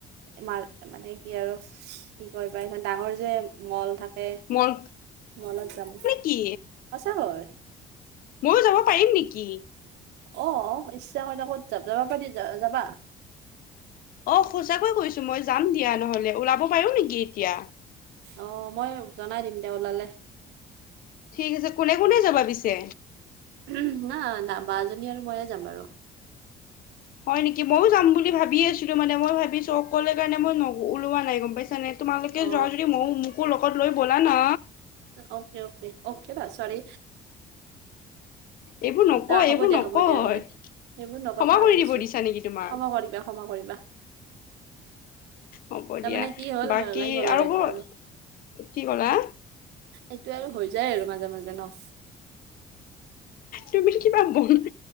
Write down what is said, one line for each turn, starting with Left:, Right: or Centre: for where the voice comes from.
Right: এ মাল মানে কি আৰু কি কয় বা ইমান ডাঙৰ যে মল থাকে
Left: মোৰ
Right: মলত যাম।
Left: কি?
Right: সচাকৈ।
Left: ময়ো যাব পাৰিম নেকি?
Right: অ' ইচ্ছা কৰিলে ক'ত যা যাব পাৰি যা যাবা
Left: অ' সঁচাকৈ কৈছো মই যাম দিয়া নহলে, ওলাব পাৰো নেকি এতিয়া?
Right: অ' মই জনাই দিম তেওঁ ওলালে।
Left: ঠিক আছে, কোনে কোনে যাবা পিছে?
Right: উহু, না না বাজনী আৰু ময়ে যাম বাৰু।
Left: হয় নেকি? মইয়ো যাম বুলি ভাবি আছিলো মানে মই ভাবিছো অকলে কাৰণে মই ন ওলোৱা নাই গম পাইছানে? তোমালোকে
Right: অ
Left: যোৱা যদি মই মোকো লগত লৈ ব'লা না?
Right: অকে অকে, অকে বা চৰি
Left: এইবোৰ নকয়
Right: দা হ'ব
Left: এইবোৰ
Right: দিয়া
Left: নকয়,
Right: হ'ব দিয়া হ'ব দিয়া
Left: ক্ষমা
Right: সেইবোৰ নকয় পাহৰি
Left: কৰি
Right: গৈছো
Left: দিব দিছা নেকি তোমাক?
Right: ক্ষমা কৰিবা ক্ষমা কৰিবা।
Left: হ'ব
Right: তাৰমানে
Left: দিয়া,
Right: কি হ'ল
Left: বাকী
Right: ওলাই গ'ল
Left: আৰু
Right: এইটো
Left: কো কি কলা?
Right: সেইটো আৰু হৈ যায় আৰু মাজে মাজে ন।
Left: তুমি কিবা বন,